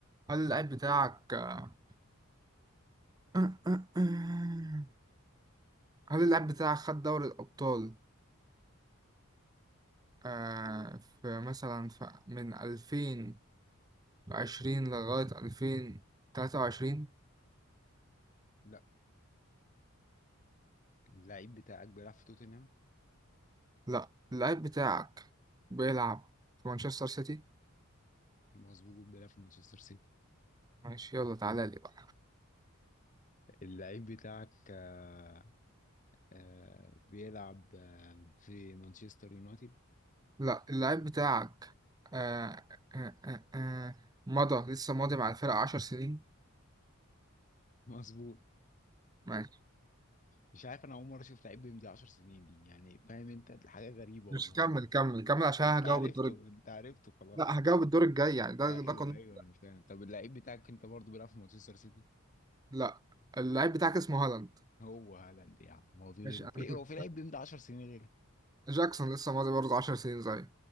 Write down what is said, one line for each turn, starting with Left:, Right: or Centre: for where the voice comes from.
Right: هل اللاعب بتاعك آه، آه، آه، آه. هل اللاعب بتاعك خد دوري الأبطال آه في مثلا في من ألفين وعشرين لغاية ألفين تلاتة وعشرين؟
Left: لا اللعيب بتاعك بيلعب في توتنهام؟
Right: لأ اللاعب بتاعك بيلعب في مانشستر سيتي؟
Left: مظبوط بيلعب في مانشستر سيتي
Right: ماشي يلا تعالى لي بقى
Left: اللعيب بتاعك آه آه بيلعب آه في مانشستر يونايتد؟ <laughs>
Right: لأ اللاعب بتاعك آه آه آه آه مضى لسه ماضي مع الفرقة عشر سنين؟
Left: مظبوط
Right: ماشي
Left: مش عارف انا اول مره اشوف لعيب بيمضي 10 سنين دي يعني فاهم انت حاجه غريبه
Right: مش
Left: والله
Right: كمل كمل كمل عشان
Left: <laughs> انت
Right: هجاوب
Left: عرفته
Right: الدور الج-
Left: انت عرفته خلاص
Right: لأ هجاوب الدور الجاي يعني ده
Left: ايوه
Right: ده قانون
Left: ايوه انا فاهم طب اللعيب بتاعك انت برضه بيلعب في مانشستر سيتي
Right: لأ اللاعب بتاعك اسمه هالاند
Left: هو هالاند يا عم هو في غيره
Right: ماشي
Left: في
Right: أنا كنت
Left: هو في لعيب بيمضي 10 سنين غيره
Right: جاكسون لسه ماضي برضه 10 سنين زي